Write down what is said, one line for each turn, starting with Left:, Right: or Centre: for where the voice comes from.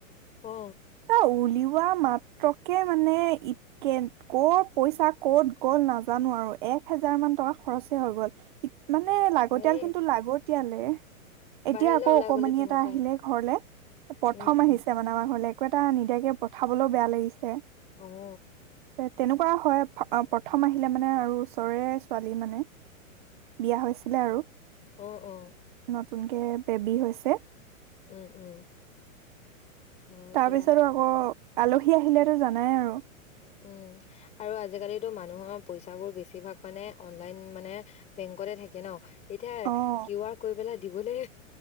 Left: অ।
Right: এ উলিওৱা মাত্ৰকে মানে ই কে কৰ পইচা ক'ত গ'ল নাজান। জানো আৰু এক হেজাৰ মান টকা খৰচ। হৈ গ'ল। মানে লাগতিয়াল
Left: হয়ে
Right: কিন্তু লাগত। তেতিয়ালে। এতিয়া
Left: বাহিৰলৈ
Right: আকৌ
Left: ওলাই
Right: অকমানি
Left: গ'লে তেনেকুৱাই
Right: এটা আহিলে ঘৰলে প্ৰথম
Left: উম উম
Right: আহিছে মানে আমাৰ ঘৰলে। একো এটা নিদাকে পঠাবলৈও বেয়া লাগিছে।
Left: অহ।
Right: তেনেকুৱা হয় প্ৰথম আহিলে মানে আৰু ওচৰে ছোৱালী মানে বিয়া হৈছিলে আৰু।
Left: অ অ।
Right: নতুনকে বেবি হৈছে।
Left: উম উম। হয়
Right: তাৰপিছতো
Left: দিয়া
Right: আকৌ। আলহী আহিলেতো জানাই আৰু।
Left: উম আৰু আজিকালো মানুহৰ পইচা বোৰ বেছিভাগ মানে অনলাইন মানে বেংকতে থাকে ন। এতিয়া
Right: অ'।
Left: কিউ আৰ কৰি পেলাই। দিবলৈ